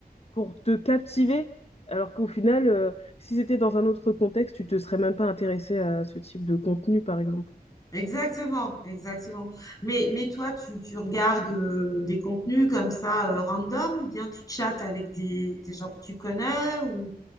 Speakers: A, on the left; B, on the left.
A: pour te captiver. Alors qu'au final, euh, si c'était dans un autre contexte, tu te serais même pas intéressé à ce type de contenu, par exemple.
B: Exactement, exactement. Mais, mais toi, tu, tu regardes euh, des contenus comme ça, euh, random, ou bien tu chattes avec des, des gens que tu connais ou...